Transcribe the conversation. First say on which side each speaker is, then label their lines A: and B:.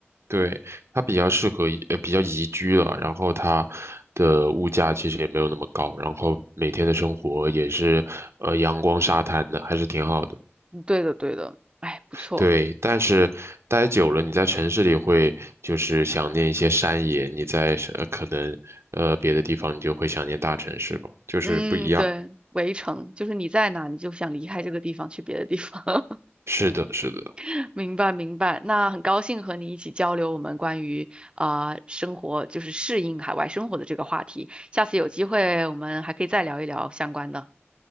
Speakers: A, on the right; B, on the right.
A: 对，它比较适合宜呃，比较宜居了，然后它的物价其实也没有那么高，然后每天的生活也是，呃，阳光沙滩的，还是挺好的。
B: 嗯对的，对的，哎，不错。
A: 对，但是待久了，你在城市里会就是想念一些山野，你在是呃可能呃别的地方你就会想念大城市吧，就是不一样。
B: 嗯，对，围城就是你在哪，你就想离开这个地方去别的地方。
A: 是的，是的。
B: <laughs> 明白，明白。那很高兴和你一起交流我们关于啊、生活，就是适应海外生活的这个话题。下次有机会我们还可以再聊一聊相关的。